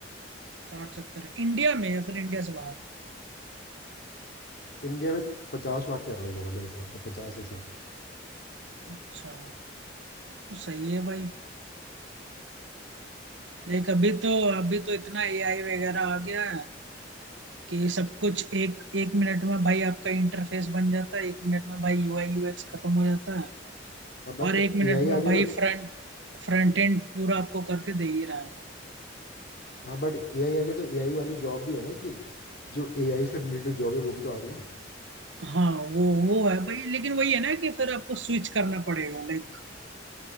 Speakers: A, on the right; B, on the left.
A: साठ सत्तर इंडिया में या फिर इंडिया से बाहर
B: इंडिया में पचास लाख के अराउंड होगा मेरे हिसाब से पचास से साठ
A: अच्छा तो सही है भाई लाइक अभी तो अभी तो इतना एआई वगैरह आ गया है कि सब कुछ एक एक मिनट में भाई आपका इंटरफेस बन जाता है एक मिनट में भाई यूआई यूएक्स खत्म हो जाता है
B: हाँ बट
A: और एक
B: ए
A: मिनट
B: आई
A: में
B: आ गया
A: भाई
B: तो
A: फ्रंट फ्रंट एंड पूरा आपको करके दे ही रहा है वो
B: हाँ बट ए आई आ गया तो ए आई वाली जॉब भी है ना कि जो ए आई से रिलेटेड जॉब है वो भी तो आ रही है
A: हाँ वो वो है भाई लेकिन वही है ना कि फिर आपको स्विच करना पड़ेगा लाइक